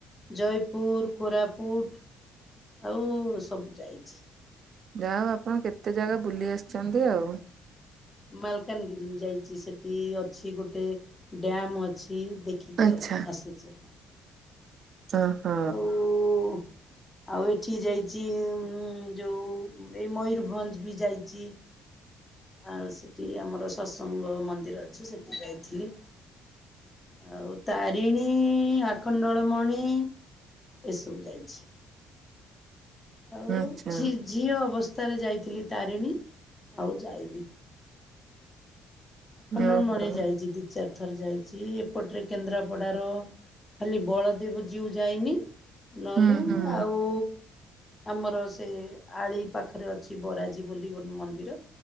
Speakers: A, on the left (about 25°); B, on the right (about 55°).
A: ଜୟପୁର୍, କୋରାପୁଟ୍। ଆଉଉ ସବୁ ଯାଇଚି।
B: ଯାହା ହଉ ଆପଣ କେତେ ଜାଗା ବୁଲି ଆସ୍ଚନ୍ତି ଆଉ।
A: ମାଲକାନଗିରି ଯାଇଚି ସେଠି ଅଛି ଗୋଟେ ଡ୍ୟାମ୍ ଅଛି ଦେଖି ଯାଆ
B: ଆଚ୍ଛା
A: ଆସିଚି।
B: ହଁ ହ।
A: ଆଉଉ ଆଉ ଏଠି ଯାଇଚି ଉଁ ଯଉ ଏଇ ମୟୂରଭଞ୍ଜ୍ ବି ଯାଇଚି। ଆଉ ସେଠି ଆମର ସସଙ୍ଗ ମନ୍ଦିର ଅଛି ସେଠି ଯାଇଥିଲି। ଆଉ ତାରିଣୀଇ, ଆଖଣ୍ଡଳ ମଣି। ଏସବୁ ଯାଇଛି। ଆଉ
B: ଆଚ୍ଛା
A: ଝି ଝିଅ ଅବସ୍ଥାରେ ଯାଇଥିଲି ତାରିଣୀ ଆଉ ଯାଇନି। ଆଖଣ୍ଡଳମଣି
B: ଓହୋ
A: ଯାଇଚି ଦି ଚାରି ଥର ଯାଇଚି। ଏପଟରେ କେନ୍ଦ୍ରାପଡ଼ାର ଖାଲି ବଳଦେବଜୀଉ ଯାଇନି ନହଲେ
B: ହୁଁ ହୁଁ
A: ଆଉ ଆମର ସେ ଆଳି ପାଖରେ ଅଛି ବରାଜୀ ବୋଲି ଗୋଟେ ମନ୍ଦିର